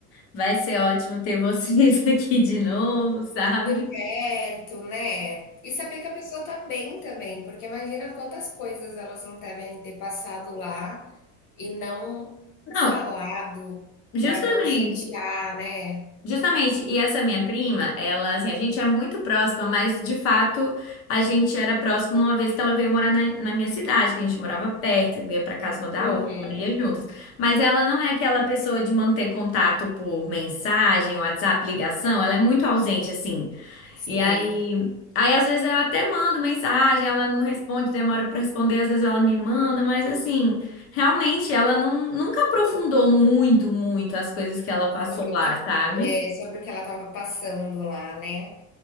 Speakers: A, on the left; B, on the left.
A: Vai ser ótimo ter vocês <laughs> aqui de novo, sabe?
B: Por perto, né? E saber que a pessoa tá bem também, porque imagina quantas coisas elas não devem ter passado lá e não
A: Não,
B: falado
A: justamente.
B: pra não chatear, né?
A: Justamente, e essa minha prima, ela, assim, a gente é muito próxima, mas de fato a gente era próxima uma vez que ela veio morar na, na minha cidade, que a gente morava perto, ia pra casa uma da
B: Uhum.
A: outra, ia juntas. Mas ela não é aquela pessoa de manter contato por mensagem, WhatsApp, ligação, ela é muito ausente, assim.
B: Sei,
A: E aí, aí às vezes eu até mando mensagem, ela não responde, demora pra responder, às vezes ela me manda, mas assim, realmente ela não, nunca aprofundou muito, muito as coisas que ela passou
B: sobre
A: lá,
B: o que
A: sabe?
B: é, sobre o que ela tava passando lá, né?